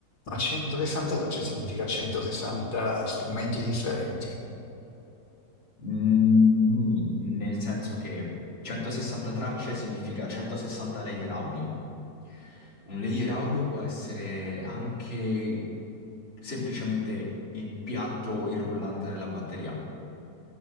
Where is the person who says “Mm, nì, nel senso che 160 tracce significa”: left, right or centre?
Left